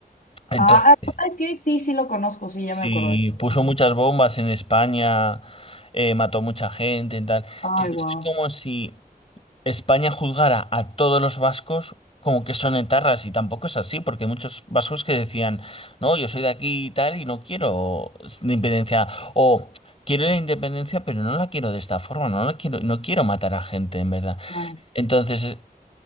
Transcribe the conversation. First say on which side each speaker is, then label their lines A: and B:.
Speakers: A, on the left (about 35°); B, on the left (about 60°).
A: Entonces,
B: Ah, ah, ¿sabes qué? Sí, sí lo conozco, sí, ya
A: sí,
B: me acordé.
A: puso
B: Ajá.
A: muchas bombas en España, eh, mató mucha gente y tal.
B: Ay,
A: Entonces
B: wow.
A: es como si España juzgara a todos los vascos como que son etarras y tampoco es así, porque hay muchos vascos que decían, no, yo soy de aquí y tal y no quiero la independencia o quiero la independencia, pero no la quiero de esta forma, no la quiero, no quiero matar a gente en verdad.
B: Bueno.
A: Entonces,